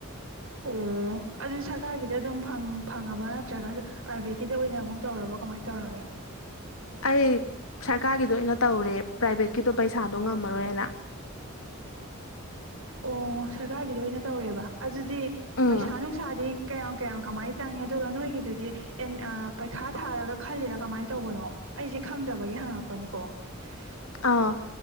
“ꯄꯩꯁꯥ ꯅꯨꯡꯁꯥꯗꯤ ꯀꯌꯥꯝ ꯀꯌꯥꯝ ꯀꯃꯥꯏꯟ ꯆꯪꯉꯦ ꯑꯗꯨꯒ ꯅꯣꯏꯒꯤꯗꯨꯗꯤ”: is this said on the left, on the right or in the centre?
Right